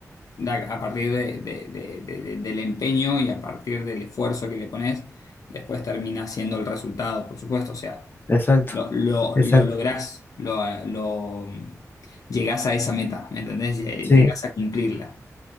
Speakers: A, on the left; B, on the left.
A: da- a partir de- de- de- de- de- del empeño y a partir del esfuerzo que le pones, después termina siendo el resultado, por supuesto. O sea,
B: Exacto,
A: lo, lo,
B: exacto.
A: lo lográs, lo, lo- mm, llegás a esa meta, ¿me entendés? Lle-
B: Sí.
A: Llegás a cumplirla.